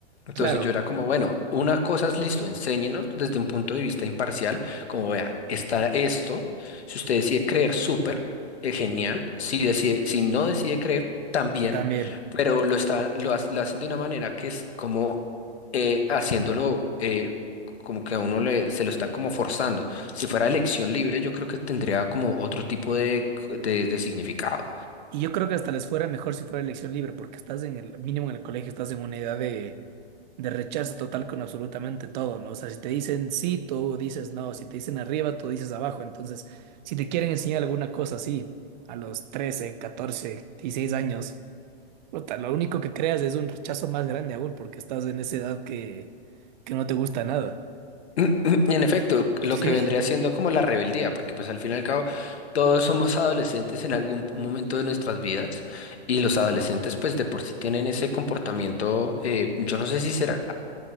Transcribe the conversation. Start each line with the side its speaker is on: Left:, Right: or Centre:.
Left: Entonces
Right: claro,
Left: yo era como, bueno, una cosa es listo, enséñenos desde un punto de vista imparcial, como vea, está esto, si usted decide creer, súper, eh, genial, si decide, si no decide creer, también,
Right: también.
Left: pero lo estaban, lo, ha- lo hacen de una manera que es como eh, haciéndolo eh, como que a uno le, se lo están como forzando. Si fuera elección libre, yo creo que tendría como otro tipo de, de, de significado.
Right: Y yo creo que hasta les fuera mejor si fuera elección libre, porque estás en el mínimo en el colegio, estás en una edad de, de rechazo total con absolutamente todo, ¿no? O sea, si te dicen sí, tú dices no, si te dicen arriba, tú dices abajo. Entonces, si te quieren enseñar alguna cosa así a los 13 14 16 años, puta, lo único que creas es un rechazo más grande aún, porque estás en esa edad que, que no te gusta nada.
Left: <clears throat> Y en efecto, lo
Right: Sí,
Left: que vendría siendo como la rebeldía, porque pues al fin y al cabo todos somos adolescentes en algún momento de nuestras vidas y los adolescentes pues de por sí tienen ese comportamiento, eh, yo no sé si será